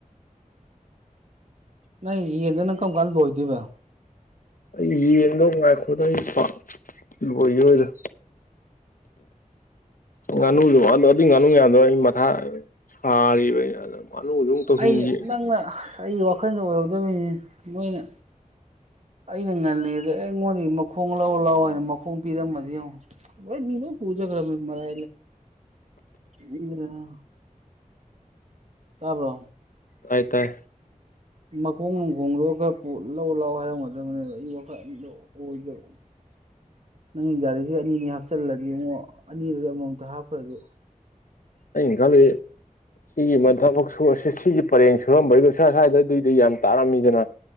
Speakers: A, on the right (about 55°); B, on the left (about 75°).
A: ꯅꯪ ꯌꯦꯟꯗꯨꯅ ꯀꯔꯝꯀꯟ ꯂꯣꯏꯗꯣꯏꯕ
B: ꯑꯩ ꯌꯦꯡꯗꯣ ꯉꯥꯏꯈꯣꯠꯇ ꯑꯩ ꯄꯥꯛ ꯂꯣꯏꯈꯤꯔꯣꯏꯗ꯫ ꯉꯥꯅꯨꯗꯨꯗꯣ ꯑꯗꯨ ꯉꯥꯅꯨ ꯉꯌꯥꯝꯗꯣ ꯑꯩ ꯃꯊꯥ ꯁꯥꯔꯤꯕ ꯉꯥꯅꯨꯁꯨ ꯑꯃꯨꯛ ꯇꯧꯁꯤꯟꯈꯤ
A: ꯑꯩ ꯅꯪꯅ ꯑꯩꯒꯤ ꯋꯥꯈꯜꯗ ꯑꯣꯏꯍꯧꯗꯃꯤꯅꯤ ꯅꯣꯏꯅ ꯑꯩꯅ ꯉꯜꯂꯤꯉꯩꯗ ꯑꯦ ꯑꯩꯉꯣꯟꯗꯒꯤ ꯃꯈꯣꯡ ꯂꯥꯎ ꯂꯥꯎ ꯍꯥꯏꯅ ꯃꯈꯣꯡ ꯄꯤꯔꯝꯃꯗꯤ ꯌꯦꯡꯉꯣ ꯃꯔ <unintelligible> ꯇꯥꯕ꯭ꯔꯣ
B: ꯇꯥꯏ ꯇꯥꯏ
A: ꯃꯈꯣꯡ ꯅꯨꯡꯈꯣꯡꯗꯣ ꯈꯔ ꯄꯨ ꯂꯧ ꯂꯥꯎ ꯍꯥꯏꯔꯝꯒꯗꯕꯅꯤ ꯑꯩ ꯋꯥꯈꯜ ꯑꯗꯨ ꯑꯣꯏꯗꯕ <inaudible> ꯅꯪꯒꯤ ꯒꯥꯔꯤꯁꯦ ꯑꯅꯤ ꯅꯤ ꯍꯥꯞꯆꯜꯂꯗꯤꯉꯣ ꯑꯅꯤꯗꯨꯗ ꯑꯃꯃꯝꯇ ꯍꯥꯞꯈ꯭ꯔꯁꯨ
B: ꯑꯩ ꯈꯜꯂꯤ ꯁꯤꯒꯤ ꯃꯊꯛ ꯁꯨꯔ ꯁꯤꯒꯤ ꯄꯔꯦꯡ ꯁꯨꯔꯝꯕꯩꯗꯣ ꯁꯥꯏꯋꯗ ꯗꯨꯢ ꯗꯨꯢ ꯌꯥꯝ ꯇꯥꯔꯝꯃꯤꯗꯅ